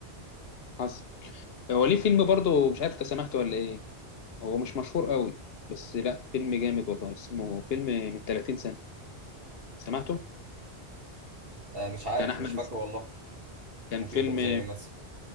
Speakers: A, on the left; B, on the right.
A: حصل هو ليه فيلم برضه مش عارف انت سمعته ولا ايه هو مش مشهور قوي بس لا فيلم جامد والله اسمه فيلم من 30 سنه سمعته
B: آه مش عارف
A: كان احمد
B: مش فاكره والله
A: كان
B: ممكن
A: فيلم
B: يكون زي ايه مثلا